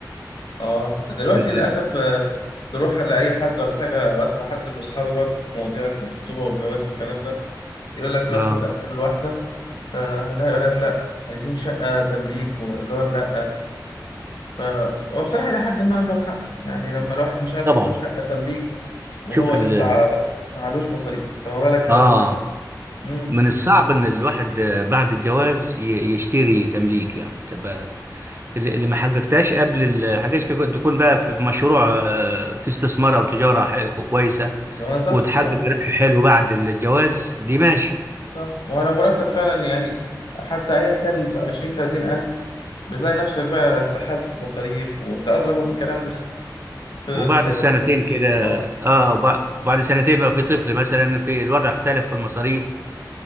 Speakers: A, on the left (about 85°); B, on the right (about 35°).
A: اه دلوقتي
B: من-
A: للأسف آه، تروح على أي حد ولا حاجة وأسمع حد من أصحابي برضو في مواضيع الخطوبة والجواز والكلام ده يقول لك رحت
B: اه
A: تقدم الواحدة فلا يقول لك لا عايزين شقة تمليك وإيجار لا ف وبصراحة إلى حد ما عندهم حق يعني لما الواحد مش عارف
B: طبعا
A: ياخد شقة تمليك وهو
B: شوف ال
A: لسه ع- معلوش مصاريف فما بالك بقى
B: اه
A: لما امم
B: من الصعب ان الواحد آه، بعد الجواز ي- يشتري تمليك يعني تبقى اللي اللي ما حققتهاش قبل ال- حاجات تكون تكون بقى في مشروع آه، في استثمار او تجاره ح- كويسه
A: ما صح
B: وتحقق
A: صح
B: ربح حلو بعد الجواز دي ماشي
A: صح وعلى مرتب فعلا يعني حتى أيا كان 20 30 ألف بتلاقي نفسك بقى اتسحلت في مصاريف وأنت أضرب من الكلام ده <laughs> في-
B: وبعد
A: تتسحل
B: سنتين
A: في مصاريف
B: كده
A: أه
B: اه وب- بعد سنتين بقى في طفل مثلا في الوضع اختلف في المصاريف